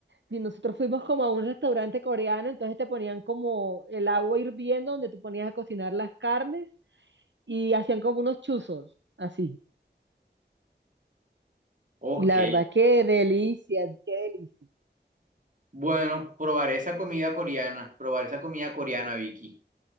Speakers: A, on the right; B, on the right.
A: Y nosotros fuimos como a un restaurante coreano, entonces te ponían como el agua hirviendo donde tú ponías a cocinar las carnes y hacían como unos chuzos, así.
B: Ok.
A: Y la verdad, qué delicia, qué delicia.
B: Bueno, probaré esa comida coreana, probaré esa comida coreana, Vicky.